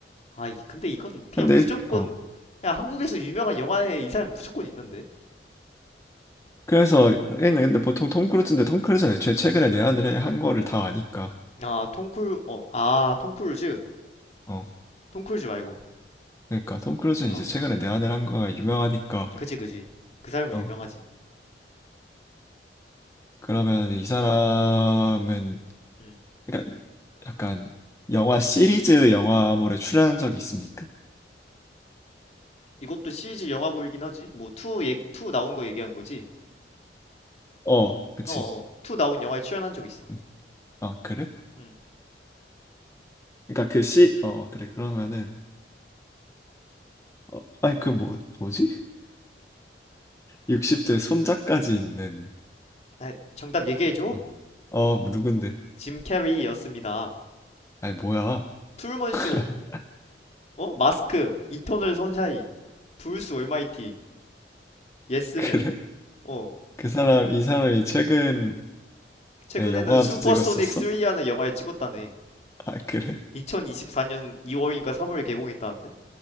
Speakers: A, on the left (about 40°); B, on the left (about 15°).
A: 아, 이- 근데 이건 그냥
B: 근데,
A: 무조건
B: 어.
A: 야, 한국에서 유명한 영화에 이 사람 무조건 있는데.
B: 그래서, 얘는 근데 보통 톰 크루즈인데 톰 크루즈는 애초에 최근에 내한을 한 거를 다 아니까.
A: 아, 톰쿨 어, 아, 톰크루즈.
B: 어,
A: 톰크루즈 말고.
B: 그러니까 톰 크루즈는
A: 어.
B: 이제 최근에 내한을 한 거가 유명하니까
A: 그지 그지. 그 사람은
B: 어,
A: 유명하지.
B: 그러면 이 사람은
A: 음.
B: 그러니까 약간 영화 시리즈 영화물에 출연한 적이 있습니까?
A: 이것도 시리즈 영화물이긴 하지. 뭐 2 얘기 투 나온 거 얘기하는 거지.
B: 어, 그치.
A: 어, 어. 2 나온 영화에 출연한 적 있어.
B: 음. 아, 그래?
A: 음.
B: 그러니까 그 시, 어, 그래. 그러면은, 어, 아니, 그 뭐, 뭐지? 60대 손자까지 있는,
A: 아, 정답 얘기해 줘.
B: 어, 어, 뭐 누군데?
A: 짐 캐리였습니다.
B: 아니, 뭐야.
A: 트루먼
B: <laughs>
A: 쇼. 어? 마스크. 이터널 선샤인. 브루스 올마이티. 예스맨.
B: 그래?
A: 어.
B: 그 사람, 이 사람이 최근에
A: 최근에는
B: 영화도
A: 슈퍼소닉
B: 찍었었어?
A: 3라는 영화를 찍었다네.
B: 아, 그래?
A: 2024년 2월인가 3월에 개봉했다는데?